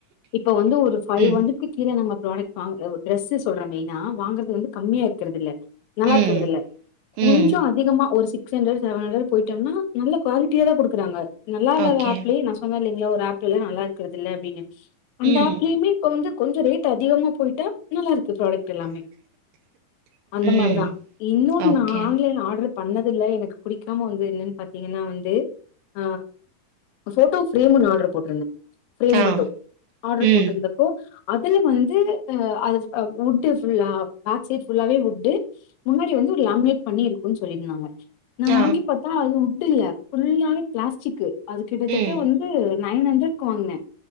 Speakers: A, on the left; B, on the right.
A: இப்ப வந்து ஒரு ஃபைவ்
B: ம்
A: ஹண்ட்ரெட்க்கு கீழ நம்ம புராடக்ட் வாங்கி ஆ டிரெஸ்ஸஸ் சொல்ற மெய்னா வாங்குறது வந்து கம்மியா இருக்குறது இல்ல நல்லாருக்குறது
B: ம்
A: இல்ல, கொஞ்சோ
B: ம்
A: அதிகமா ஒரு சிட் சிக்ஸ் ஹண்ட்ரட் செவன்ஹண்ட்ரட் போயிட்டோம்னா நல்ல குவாலிட்டியாதா குடுக்குறாங்க நல்லா இல்லாத
B: ஓகே
A: ஆப்லயு நான் சொன்னே இல்லைங் இல்ல ஒரு ஆப்புல நல்லா இருக்குரது இல்ல அப்டின்னு அந்த
B: ம்
A: ஆப்லயுமே இப்ப வந்து கொஞ்ச ரேட் அதிகமா போயிட்டா நல்லாருக் <unintelligible> ப்ராடக்ட் எல்லாமே அந்த
B: ம்
A: மாரிதா இன்னு
B: ஓகே
A: நா ஆன்லைன் ஆர்டர் பண்ணது இல்ல எனக்கு பிடிக்காம வந்து என்னன்னு பாத்தீங்கன்னா வந்து ஆ ஃபோட்டோ ஃபிரேம் ஒண்ணு ஆர்டர் போட்டருந்தே ஃபிரேம்
B: ஆ
A: மட்டு ஆர்டர்
B: ம்
A: போட்ருந்தப்போ அதுல வந்து ஆ அத் அ வுட் ஃபுல்லா பேக் சைட் ஃபுல்லாவே வுட்டு முன்னாடி வந்து ஒரு லேமனேட் பண்ணி இருக்குன்னு சொல்லிருந்தாங்க நா
B: ஆ
A: வாங்கிப் பாத்தா அதுவு வுட் இல்ல புல்லாவே பிளாஸ்டிக்கு அது கிட்டதட்ட
B: ம்
A: வந்து நைன் ஹண்ட்ரட்க்கு வாங்குனே